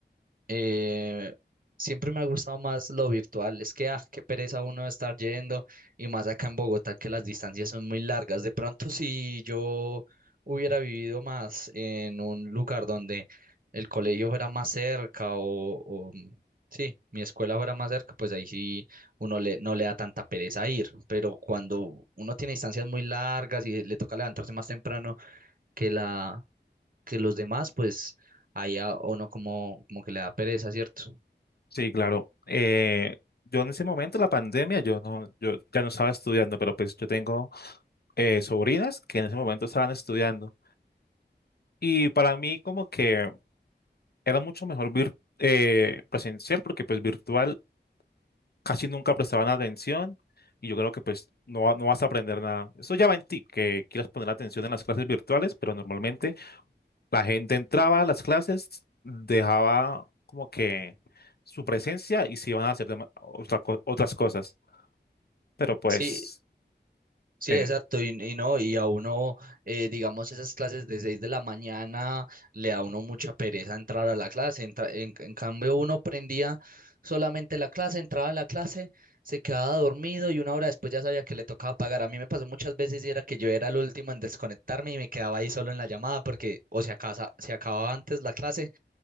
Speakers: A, on the right; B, on the left.
A: Eh, siempre me ha gustado más lo virtual. Es que, ah, qué pereza uno estar yendo y más acá en Bogotá que las distancias son muy largas. De pronto, si yo hubiera vivido más en un lugar donde el colegio fuera más cerca o, o, mm, sí, mi escuela fuera más cerca, pues ahí sí uno le, no le da tanta pereza ir. Pero cuando uno tiene distancias muy largas y le toca levantarse más temprano que la que los demás, pues ahí a uno como, como que le da pereza, ¿cierto?
B: Sí, claro. Eh, yo en ese momento, la pandemia, yo no, yo ya no estaba estudiando, pero pues yo tengo eh, sobrinas que en ese momento estaban estudiando. Y para mí como que era mucho mejor vir- eh, presencial porque pues virtual casi nunca prestaban atención y yo creo que pues no, va- no vas a aprender nada. Eso ya va en ti, que quieras poner atención en las clases virtuales, pero normalmente La gente entraba a las clases, dejaba como que su presencia y se iban a hacer dema- otra co- otras cosas. Pero pues,
A: Sí, sí,
B: eh,
A: exacto, y, y no, y a uno, eh, digamos, esas clases de 6 de la mañana, le da a uno mucha pereza entrar a la clase, entra- en, en cambio uno prendía solamente la clase, entraba a la clase, se quedaba dormido y una hora después ya sabía que le tocaba pagar. A mí me pasó muchas veces y era que yo era el último en desconectarme y me quedaba ahí solo en la llamada porque o se acasa- se acababa antes la clase